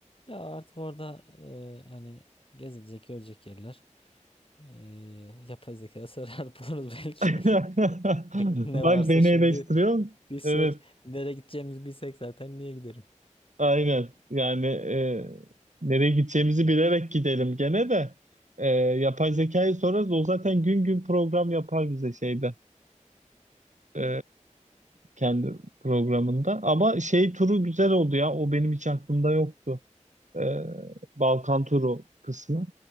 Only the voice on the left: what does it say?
ya artık orada e, hani gezilecek, görecek yerler. E, yapay zekaya sorar <laughs> buluruz belki.
<laughs> Ne
varsa
şimdi
bilsek,
nereye gideceğimizi bilsek zaten niye giderim?